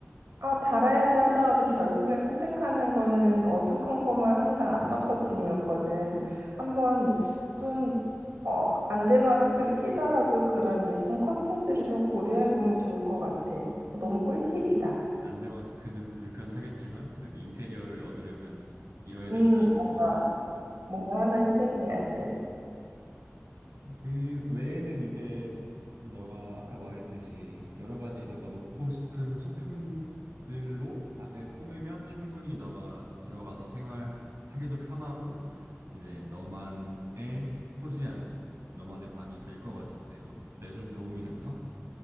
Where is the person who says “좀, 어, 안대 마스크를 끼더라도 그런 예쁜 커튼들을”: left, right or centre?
Right